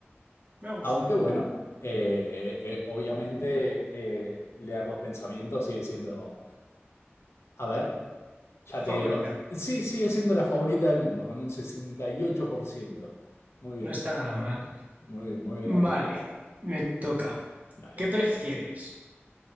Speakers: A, on the right; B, on the left.
A: Me ha gustado.
B: Aunque bueno, eh, eh, obviamente eh, leer los pensamientos sigue siendo, a ver, Ya te
A: Favorita.
B: digo, sí, sigue siendo la favorita del mundo con un sesenta y ocho por ciento Muy bien,
A: No está nada mal.
B: muy bien, muy bien ahí.
A: Vale, me toca.
B: Dale.
A: ¿Qué prefieres?